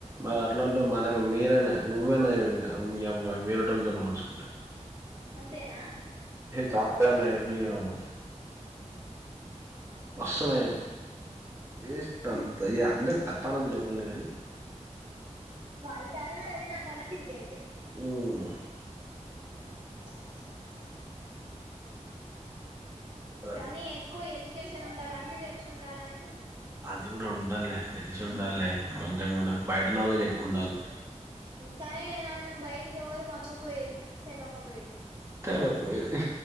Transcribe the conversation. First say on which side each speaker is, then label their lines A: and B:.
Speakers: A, on the right; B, on the right.
A: మరి అట్లాంటే మన మీరేనా నువ్వేనా ఇంకా మీ అ వేరటోలతోని పోల్స్సుకుంటాయి
B: అంతేనా
A: చాలా నయం నీ యవ్వ వస్తున్నాయి వేస్ట్ అంతయ అంటే తప్ప అన్నదిలు ఇవ్వి కానీ
B: వాళ్ళ ట్యాలెంట్ అది నా ట్యాలెంట్ ఇది గంతే
A: ఉమ్
B: హ
A: అట్ట
B: కానీ ఎక్కువ ఎడ్యుకేషన్ ఉండాలి అన్ని తెలిసి ఉండాలినే
A: అది గూడా ఉండాల్లే తెల్సి ఉండాల్లే కొంచెం గూడా. బయట నాలెడ్జ్ ఎక్కువ ఉండాలే.
B: కానీ నన్ను బయటికి ఎవరు పంపక్పోయేది తెల్వకపోయేది.
A: తెలవకపోయేది